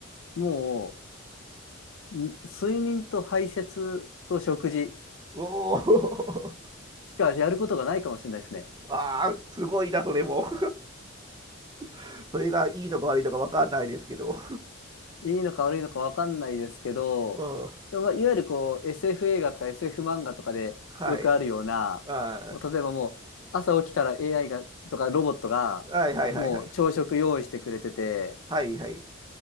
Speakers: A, on the left; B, on the right.
A: もう、ん睡眠と排泄と食事
B: おお
A: しかやることがないかもしれないですね。
B: <laughs> ああ、すごいな、それも。<laughs> それがいいのか悪いのかわかんないですけど。
A: いいのか悪いのかわかんないですけど、
B: うん。
A: でもまあいわゆるこう SF 映画とか SF 漫画とかでよくあるような、
B: はい。あ
A: 例えばもう朝起きたら AI がとかロボットがもう朝食用意してくれてて、
B: ーはいはいはいはい。はいはい。